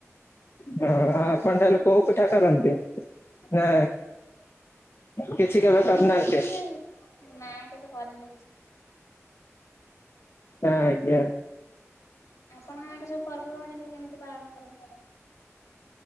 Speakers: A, on the left (about 50°); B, on the left (about 85°).
A: ହଁ ଆପଣ ତାହେଲେ କୋଉ ପିଠା କରନ୍ତି ନା କିଛି କେବେ କରିନାହାନ୍ତି
B: ମୁଁ ସେମିତି କିଛି ନା କେବେ କରେନି କିଛି।
A: ଆଜ୍ଞା।
B: ଆପଣ ଆଡେ ସବୁ ପର୍ବ ପର୍ବାଣି ସବୁ କେମିତି ପାଳନ କରନ୍ତି ଆପଣ।